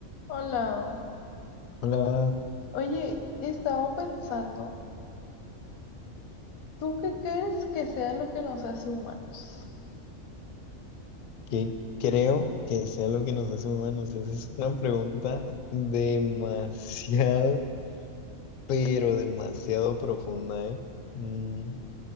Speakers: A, on the left; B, on the left.
A: Hola,
B: Hola,
A: oye, estaba pensando, ¿tú qué crees que sea lo que nos hace humanos?
B: ¿qué creo que sea lo que nos hace humanos? Esa es una pregunta demasiado, <laughs> pero demasiado profunda, ¿eh? Mm,